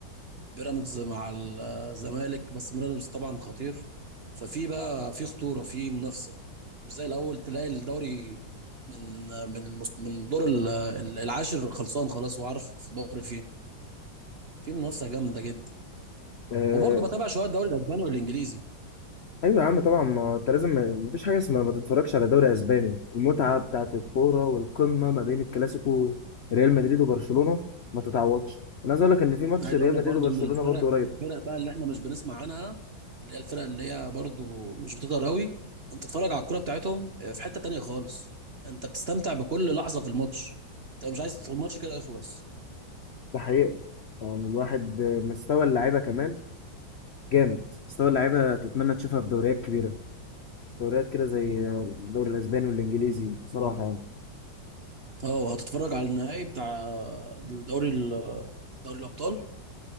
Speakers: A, on the right; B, on the left.
A: بيراميدز مع ال- آه، الزمالك بس بيراميدز طبعا خطير ففي بقى في خطوره في منافسه مش زي الاول تلاقي الدوري من آه، من المس- من دور ال- آه، العاشر خلصان خلاص وعارف الدوري فين في منافسه جامده جدا
B: يعني
A: وبرضه بتابع شويه الدوري الاسباني والانجليزي
B: ايوه يا عم طبعا ما انت لازم ما فيش حاجه اسمها ما تتفرجش على دوري اسباني المتعه بتاعت الكوره والقمه ما بين الكلاسيكو ريال مدريد وبرشلونه ما تتعوضش انا عايز اقول لك ان في ماتش
A: عايز
B: ريال
A: اقول لك
B: مدريد
A: برضو
B: وبرشلونه
A: ان الفرق
B: برضو قريب
A: الفرق بقى اللي احنا مش بنسمع عنها اللي هي الفرق اللي هي برضو مش بتقدر قوي انت تتفرج على الكوره بتاعتهم آه، في حته تانية خالص انت بتستمتع بكل لحظه في الماتش انت مش عايز الماتش كده يخلص
B: ده حقيقه يعني الواحد مستوى اللعيبه كمان جامد مستوى اللعيبه تتمنى تشوفها في دوريات كبيره دوريات كده زي الدوري الاسباني والانجليزي بصراحه يعني.
A: اه هتتفرج على النهائي بتاع الدوري ال- دوري الابطال